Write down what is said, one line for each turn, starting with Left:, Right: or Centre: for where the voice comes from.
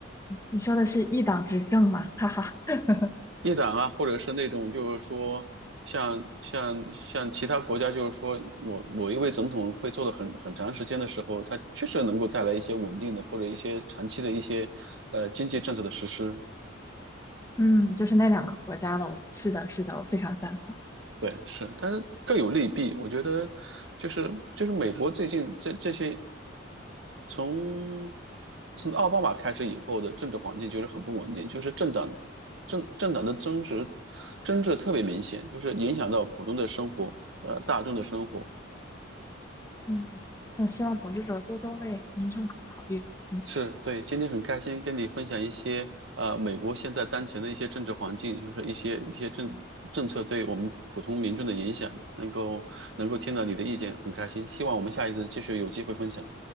Left: 你说的是一党执政嘛？哈哈，<laughs>
Right: 一党啊，或者是那种就是说像像像其他国家，就是说某某一位总统会做的很很长时间的时候，他确实能够带来一些稳定的或者一些长期的一些呃经济政策的实施。
Left: 嗯，就是那两个国家的，是的，是的，我非常赞同。
Right: 对，是，但是各有利弊。我觉得，就是就是美国最近这这些从从奥巴马开始以后的政治环境就是很不稳定，就是政党政政党的争执争执特别明显，就是影响到普通的生活，呃，大众的生活。
Left: 嗯，那希望统治者多多为民众考虑。嗯。
Right: 是对，今天很开心跟你分享一些呃美国现在当前的一些政治环境，就是一些一些政政策对我们普通民众的影响，能够能够听到你的意见，很开心。希望我们下一次继续有机会分享。